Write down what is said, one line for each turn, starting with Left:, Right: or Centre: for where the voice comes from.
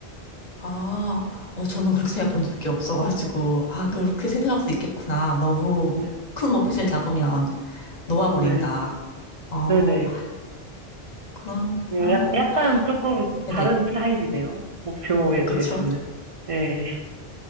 Left: 아, 어, 저는 그렇게 생각해 본 적이 없어가지고, 아, 그렇게
Right: 네,
Left: 생각할 수 있겠구나. 너무
Right: 네,
Left: 큰 목표를 잡으면. 놓아버린다.
Right: 네,
Left: 어,
Right: 네네.
Left: 그러한
Right: 예, 약- 약간 조금
Left: 네네.
Right: 다른 타입이네요. 목표에 대해서는.
Left: 그쵸.
Right: 네.